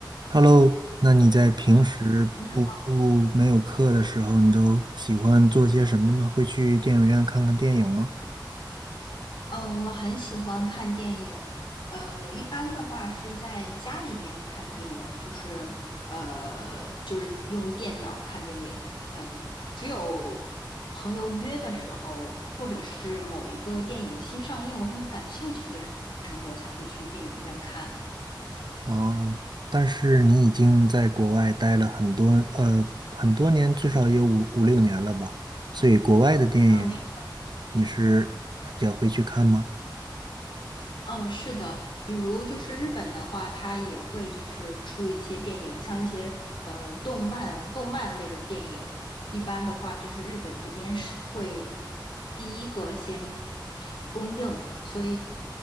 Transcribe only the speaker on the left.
你好，
呃，我很喜欢看电影，呃，我一般的话是在家里面看电影，就是呃，就是用电脑看电影，嗯、只有朋友约的时候，或者是某一个电影新上映，我很感兴趣的时候，我才会去电影院看。
嗯、是
嗯，是的，比如就是日本的话，它也会就是出一些电影，像一些呃动漫、动漫类的电影。一般的话，就是日本这边是会第一个先供应，所